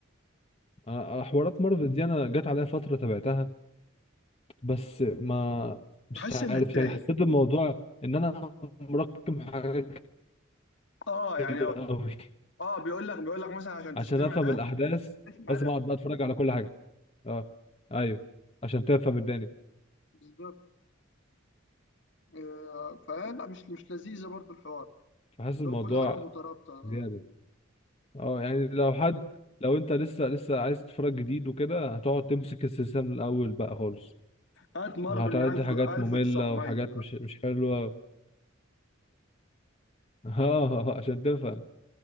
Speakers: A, on the left; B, on the left.
A: آه، آه، حوارات مارفل دي انا جت عليها فتره تابعتها بس ما مش
B: تحس
A: عارف
B: انك تايه
A: يعني حسيت الموضوع ان انا مركم حاجات
B: اه يعني
A: كتير قوي
B: اه بيقول لك بيقول لك مثلا عشان
A: عشان
B: تستمع
A: افهم
B: ده
A: الاحداث
B: اسمع
A: لازم
B: ده
A: اقعد بقى اتفرج على كل حاجه اه ايوه عشان تفهم الدنيا
B: بالظبط آه، فلا مش مش لذيذة برضو الحوار
A: فحاسس
B: اللي
A: الموضوع
B: هو كل حاجة مترابطة
A: زياده اه يعني لو حد لو انت لسه لسه عايز تتفرج جديد وكده هتقعد تمسك السلسله من الاول بقى خالص
B: هات مارفل
A: وهتعدي
B: من 1000
A: حاجات
B: 1900
A: ممله وحاجات
B: بقى
A: مش مش حلوه اه <laughs> عشان تفهم